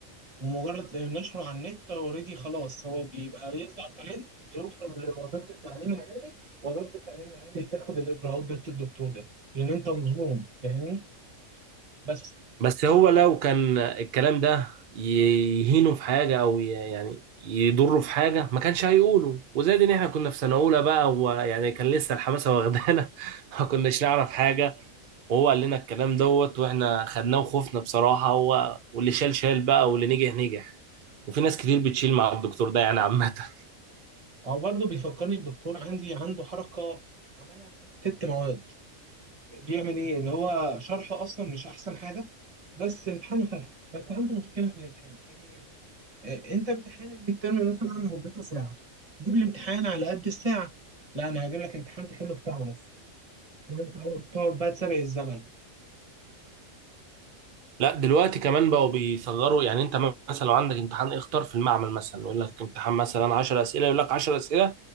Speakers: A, on the right; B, on the right.
A: ومجرد نشره على النت اوريدي خلاص هو بيبقى يطلع ترند بيوصل لوزاره التعليم العالي وزاره التعليم العالي بتاخد الاجراءات ضد الدكتور ده لان انت مظلوم فاهمني بس
B: بس هو لو كان الكلام ده يهينه في حاجه او ي- يعني يضره في حاجه ما كانش هيقوله وزاد ان احنا كنا في سنه اولى بقى ويعني كان لسه الحماسه واخدانا <laughs> ما كناش نعرف حاجه وهو قال لنا الكلام دوت واحنا خدناه وخفنا بصراحة هو واللي شال شال بقى واللي نجح نجح وفي ناس كتير بتشيل مع الدكتور ده يعني عامة <laughs>
A: او برضه بيفكرني الدكتور عندي عنده حركه عملها معايا في ست مواد بيعمل ايه ان هو شرحه اصلا مش احسن حاجه بس امتحانه فلح بس عنده مشكله في الامتحان ايه هي؟ آه، انت امتحان الميد ترم مثلا مدته ساعه جيب لي امتحان على قد الساعه لا انا هجيب لك امتحان تحله في ساعه ونص إن أنت بتقعد بقى تسابق الزمن
B: لا دلوقتي كمان بقوا بيصغروا يعني انت مثلا لو عندك امتحان اختار في المعمل مثلا يقول لك امتحان مثلا 10 اسئلة يقول لك 10 اسئلة